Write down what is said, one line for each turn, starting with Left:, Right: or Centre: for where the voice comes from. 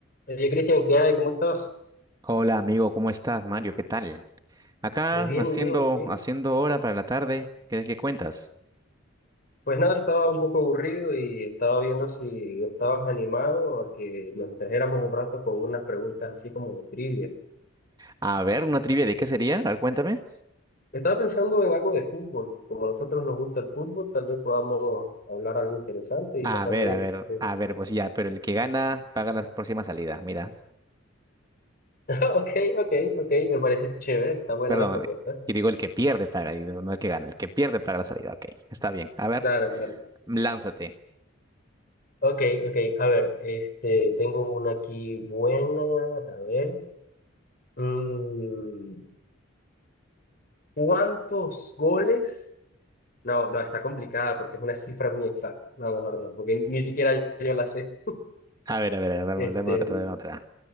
Left: Oye, Cristian, ¿qué hay? ¿Cómo estás?
Right: Hola amigo, ¿cómo estás, Mario? ¿Qué tal? Acá
Left: Muy bien,
Right: haciendo,
Left: muy bien, muy bien.
Right: haciendo hora para la tarde. ¿Qué, qué cuentas?
Left: Pues nada, estaba un poco aburrido y estaba viendo si estabas animado a que nos distrajéramos un rato con unas preguntas así como de trivia.
Right: A ver, una trivia de qué sería. A ver, cuéntame.
Left: Estaba pensando en algo de fútbol. Como a nosotros nos gusta el fútbol, tal vez podamos hablar algo interesante y
Right: A
Left: pasarlo
Right: ver,
Left: bien.
Right: a ver,
Left: Sí.
Right: a
Left: <laughs>
Right: ver, pues ya, pero el que gana paga la próxima salida, mira.
Left: Ok, ok, ok, me parece chévere, está buena
Right: Perdón,
Left: la propuesta.
Right: y digo el que pierde paga, y digo, no el que gana, el que pierde paga la salida. Ok, está bien. A ver,
Left: Claro, claro.
Right: lánzate.
Left: Ok, ok, a ver, este, tengo una aquí buena, a ver. Mm, ¿Cuántos goles? No, no, está complicada porque es una cifra muy exacta. No, mejor no, porque ni siquiera yo la sé.
Right: A ver, a ver, dame,
Left: Este,
Right: dame otra, dame otra.